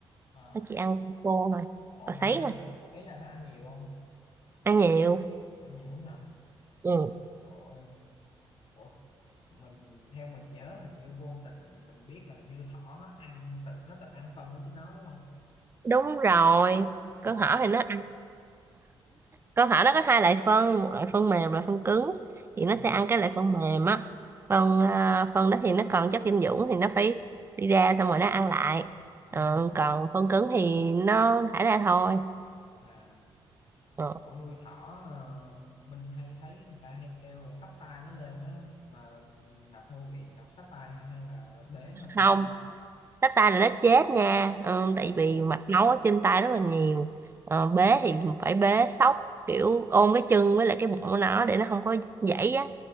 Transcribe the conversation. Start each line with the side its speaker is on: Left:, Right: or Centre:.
Left: À,
Right: nó chỉ ăn khô thôi
Left: ủa
Right: cỏ
Left: mà
Right: sấy
Left: nó ăn nhiều,
Right: thôi
Left: ý là nó ăn nhiều không?
Right: ăn nhiều
Left: Ăn nhiều lắm hả?
Right: ừ,
Left: Ôi, ủa, mình theo mình nhớ hình như vô tình mình biết là hình như thỏ nó ăn tự nó tự ăn phân của chính nó đúng không?
Right: đúng rồi
Left: Ủa,
Right: câu hỏi thì nó câu hỏi nó có hai loại phân một loại phân mềm loại phân cứng thì nó
Left: ừ,
Right: sẽ ăn cái loại phân mềm á phân à, phân đó thì nó còn chất dinh dưỡng thì nó phải đi ra xong rồi nó ăn lại
Left: ừ,
Right: Ờ, còn phân cứng thì nó thải ra thôi
Left: à.
Right: Ờ,
Left: Ủa nuôi thỏ ờ, mình hay thấy người ta hay kêu là xách tay nó lên á mà Ngọc nuôi bị Ngọc xách tay hả? hay là bế nó làm sao
Right: không
Left: ta?
Right: tách tay là nó chết nha Ờ,
Left: Ồ.
Right: tại vì mạch máu ở trên tay rất là nhiều Ờ, bế thì phải bế sóc kiểu ôm cái chân với lại cái bụng của nó để nó không có gãy á